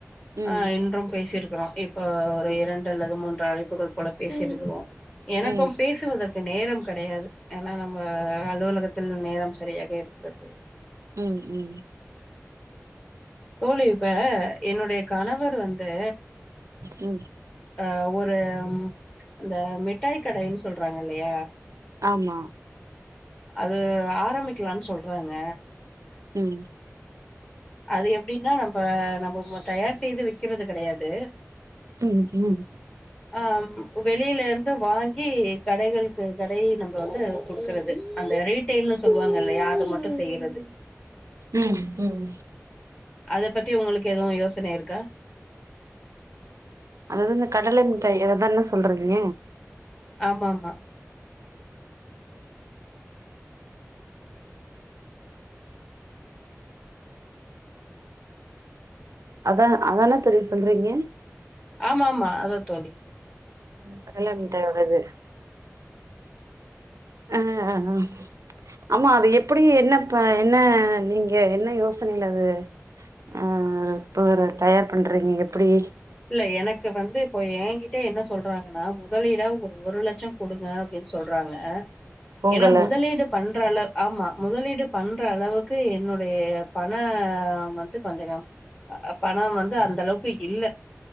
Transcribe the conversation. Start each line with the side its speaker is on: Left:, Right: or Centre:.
Right: ம்
Left: ஆ இன்றும் பேசிருக் கறோ இப்ப ஒரு இரண்டு அல்லது மூன்று அழைப்புகள் போல பேசிருக்கிறோ எனக்கு
Right: ம்
Left: பேசுவதற்கு நேரம் கெடையாது ஏன்னா நம்ம அலுவலகத்தில் நேரம் சரியாக இருக்கிறது
Right: ம் ம்
Left: தோழி இப்ப என்னுடைய கணவர் வந்து
Right: ம்
Left: ஆ ஒரு அந்த மிட்டாய் கடைன்னு சொல்றாங்க இல்லையா
Right: ஆமா
Left: அது ஆரம்பிக்கலான் சொல்றாங்க
Right: ம்
Left: அது எப்டின்னா நம்ப நம்ப மொ தயார் செய்து விக்கிறது கெடையாது
Right: ம் ம்
Left: ஆ ம் வெளியிலருந்து வாங்கி கடைகளுக்கு கடை நம்ப வந்து குடுக்குறது அந்த ரீடைல்னு சொல்லுவாங்க இல்லையா அது மட்டு செய்றது
Right: ம் ம்
Left: அதப் பத்தி உங்களுக்கு எதுவு யோசனை இருக்
Right: அதாது இந்த கடல மிட்டாய் அததான சொல்றிங்க
Left: ஆமா ஆமா
Right: அதா அதான தோழி சொல்றீங்க
Left: ஆமாமா அதா தோழி
Right: கடல மிட்டாய் ஓடது அ அ அ ஆமா அது எப்புடி என்ன ப என்ன நீங்க என்ன யோசனைல அது அ அ இப்ப வர தயார் பண்றீங்க எப்டி
Left: இல்ல எனக்கு வந்து இப்போ ஏங்கிட்ட என்ன சொல்றாங்கன்னா முதலீடா ஒரு ஒரு லட்சொ குடுங்க அப்டின் சொல்றாங்க அ
Right: பொங்கல
Left: ஏன்னா முதலீடு பண் ற அள ஆமா முதலீடு பண்ற அளவுக்கு என்னுடைய பண வந்து கொஞ்சொ கம் அ அ பணம் வந்து அந்த அளவுக்கு இல்ல